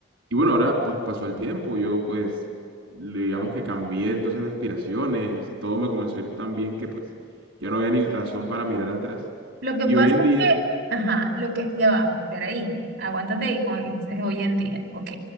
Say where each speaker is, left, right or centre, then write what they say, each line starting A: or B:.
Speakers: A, on the right; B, on the right.
A: Y bueno, ahora pues pasó el tiempo. Yo pues, digamos que cambié entonces de aspiraciones. Todo me comenzó a ir tan bien que pues ya no había ni razón para mirar atrás.
B: Lo que
A: Y
B: pasa
A: hoy en día,
B: es que, ajá, lo que, ya va, espera ahí, aguántate ahí, como es, es hoy en día, ok.